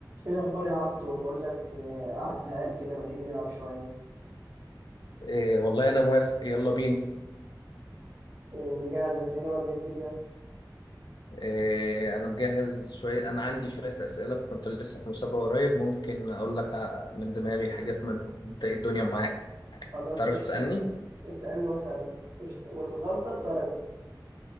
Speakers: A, on the right; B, on the left.
A: ايه الاخبار يا عبدو بقول لك آه، قاعد زهقان كده ما تيجي نلعب شويه
B: إيه والله أنا موافق يلا بينا
A: آه، نجهز اسئله ولا ايه الدنيا
B: إيه أنا مجهز شوية أنا عندي شوية أسئلة كنت لسه في مسابقة قريب ممكن أقول لك ع- من دماغي حاجات منهم أنت إيه الدنيا معاك
A: خلاص
B: تعرف
A: قشطه
B: تسألني
A: اس- اسالني واسالك قشطه والغلطه بدرجه